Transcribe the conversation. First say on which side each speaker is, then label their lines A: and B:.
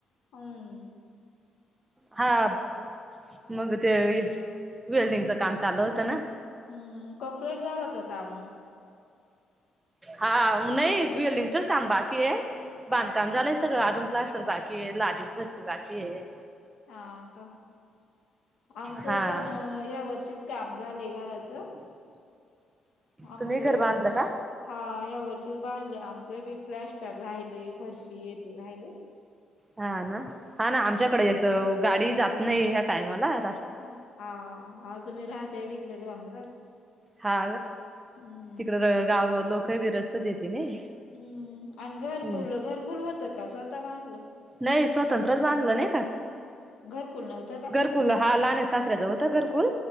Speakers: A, on the left (about 70°); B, on the right (about 20°).
A: हम्म
B: हा मग ते वेल्डिंगचं काम चालू होतं ना
A: हम्म कम्प्लीट झालं का काम मग
B: हा नाही वेल्डिंगच काम बाकी आहे बांधकाम
A: हा
B: झालंय सगं अजून पालस्टर अस तर बाकी आहे लाजी घरची बाकी आहे
A: हा का आमचंही
B: हा
A: पण ह्या वर्षीच काम झालय घराच आमचं
B: तुम्ही घर बांधलं का
A: हा या्या वर्षीच बांधले आमचं बी प्लॅस्टर राहिलय फरशी येथे राहिलय
B: हा ना हा ना आमच्याकडे य गाडी जात नाही ह्या कायमलास्
A: ह हा आज तुम्ही राहताय तिकडे डोंगरात
B: हा
A: हम्म
B: तिकडे गाव लोक रस्ते देते नाही
A: हम्म आणि घरकुल
B: हो
A: घरकुल होतं का स्वतः बांधलं
B: नाही स्वतंत्रच बांधलं नाही का
A: घरकुल नव्हतं का
B: घरकुल हा लहान सासऱ्याचा होत घरकुल